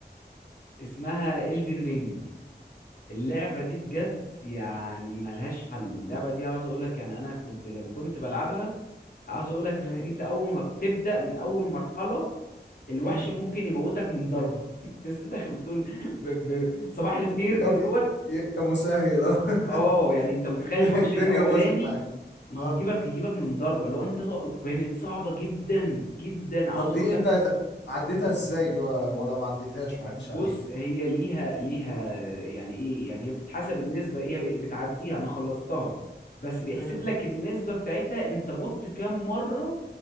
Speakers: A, on the left; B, on the left.
A: اسمها إلدن رينج اللعبه دي بجد يعني ملهاش حل اللعبه دي عاوز اقول لك يعني انا كنت لما كنت بلعبها عاوز اقول لك
B: مم.
A: انت اول ما بتبدا من اول مرحله الوحش
B: مم.
A: ممكن يموتك من ضربه <laughs> لسه داخل بتقول ب... ب... صباح الخير كده
B: يا يا يا مسهل اه <laughs>
A: اه يعني انت متخيل
B: بتلاقي
A: الوحش
B: الدنيا
A: الاولاني
B: باظت معاك
A: يجيبك
B: اه
A: يجيبك من ضربه لو انت تق- كانت صعبه جدا جدا عاوز
B: طب
A: اقول
B: دي
A: لك
B: انت عديتها ازاي دي ولا ولا ما عديتهاش ما عدتش
A: بص
B: عليها
A: هي ليها ليها يعني ايه يعني هي بتتحسب النسبه هي ب- بتعديها انا خلصتها بس بيحسب
B: مم.
A: لك النسبه بتاعتها انت مت كام مره